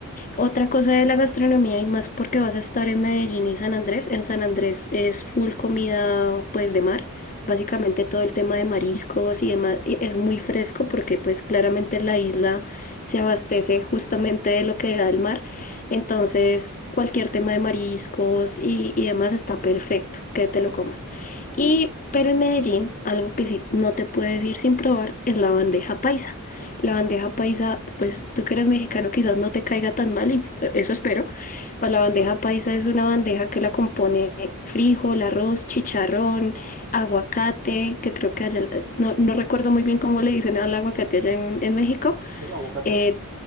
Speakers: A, on the left; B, on the right.
A: Otra cosa de la gastronomía y más porque vas a estar en Medellín y San Andrés. En San Andrés es full comida pues de mar. Básicamente todo
B: muy
A: el
B: bien.
A: tema de mariscos y demás y es muy fresco porque pues claramente la isla se abastece justamente de lo que da el mar. Entonces cualquier tema de mariscos y, y demás está perfecto que te lo comas. Y pero en Medellín algo que sí no te puedes ir sin probar es la bandeja paisa. La bandeja paisa, pues tú que eres mexicano quizás no te caiga tan mal y eh, eso espero. Para la bandeja
B: A ver,
A: paisa es una bandeja que la compone frijol, arroz, chicharrón, aguacate, que creo que allá, eh, no, no recuerdo muy bien cómo le dicen al aguacate allá en, en México.
B: es aguacate.
A: Eh,